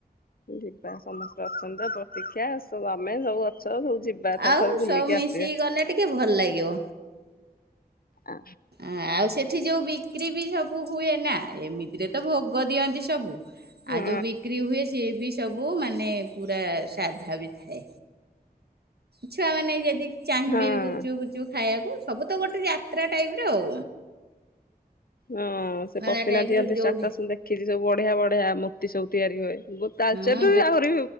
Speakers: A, on the left; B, on the right.
A: ଯିବା ସମସ୍ତେ ଅଛନ୍ତି ତ ପ୍ରତୀକ୍ଷା ସବୁ ଆମେ ସବୁ ଅ ସବୁ ଯିବା ଥରେ
B: ଆଉ
A: ଥରେ ବୁଲିକି
B: ସବୁ ମିଶିକି
A: ଆସିବା।
B: ଗଲେ ଟିକେ ଭଲ ଲାଗିବ।
A: ଆ
B: ଆଉ ସେଠି ଯୋଉ ବିକ୍ରି ବି ସବୁ ହୁଏ ନା ଏମିତିରେ ତ ଭୋଗ ଦିଅନ୍ତି ସବୁ ଆଉ
A: ହଁ
B: ଯୋଉ ବିକ୍ରି ହୁଏ ସିଏ ବି ସବୁ ମାନେ ପୁରା ସାଧା ବି ଥାଏ। ଛୁଆ ମାନେ ଯଦି ଚାହିଁବେ
A: ହଁ।
B: ବି ଗୁପଚୁପ ଫୁପଚୁପ୍ ଖାଇବାକୁ ସବୁ ତ ଗୋଟେ ଯାତ୍ରା ଟାଇପ ର ଆଉ।
A: ହଁ ସେ
B: ମେଳା
A: ପପିନା
B: ଟାଇପ୍
A: ଦିଅନ୍ତି
B: ର ଯୋଉଠି
A: ଷ୍ଟାଟସ ମୁ ଦେଖିଚି ସବୁ ବଢିଆ ବଢିଆ ମୂର୍ତ୍ତି ସବୁ ତିଆରି ହୁଏ। ତାଳଚେରଠୁ
B: ହଁ
A: ବି ଆହୁରି